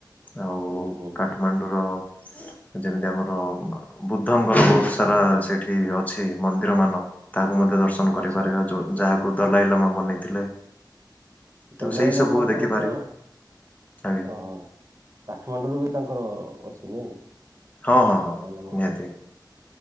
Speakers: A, on the left (about 20°); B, on the right (about 40°).
A: ଆଉ
B: ହୁଁ ହୁଁ।
A: କାଠମାଣ୍ଡୁର ଯେମିତି ଆମର ଓ ବୁଦ୍ଧଙ୍କର ବହୁତ ସାରା ସେଠି ଅଛି ମନ୍ଦିର ମାନ ତାହାକୁ ମଧ୍ୟ ଦର୍ଶ
B: ଆଚ୍ଛା।
A: ଯାହାକୁ ଦଲାଇଲମା ବନେଇଥିଲେ। ତ
B: ଦଲାଇଲାମାଙ୍କର
A: ସେଇ ସବୁ ଦେଖିପାରିବା
B: ତ
A: ଆଜ୍ଞା
B: ଓ ହୋ। କାଠମାଣ୍ଡୁରୁ ବି ତାଙ୍କର ଅଛି ନାଇଁ
A: ହଁ ହଁ ହଁ
B: ଦଲାଇଲାମାର?
A: ନିହାତି।